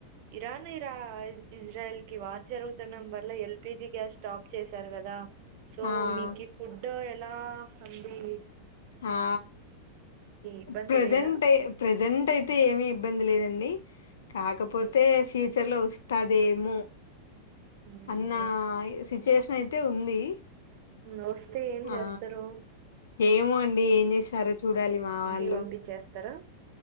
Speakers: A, on the right; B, on the left.
A: ఇరాన్ ఇరా ఇజ్రాయల్ కి వార్ జరుగుతుడం వల్ల ఎల్పిజి గ్యాస్ స్టాప్ చేశారు కదా సో
B: ఆ
A: మీకి ఫుడ్ ఎలా సందీ
B: ఆ
A: ఇబ్బంది
B: ప్రజెంట్
A: లేదా?
B: ప్రజెంట్ అయితే ఏమి ఇబ్బంది లేదండి కాకపోతే
A: హ్మ్.
B: ఫ్యూచర్ లో వస్ స్తదేమో
A: హ్మ్.
B: అన్న
A: వస్
B: సిచువేషన్ అయితే ఉంది
A: హ్మ్. వస్తే ఏం
B: ఆ
A: జేస్తారు?
B: ఏమో అండి ఏం చేస్తారో చూడాలి మా
A: ఇంటికి
B: వాళ్ళు
A: పంపించేస్తారా?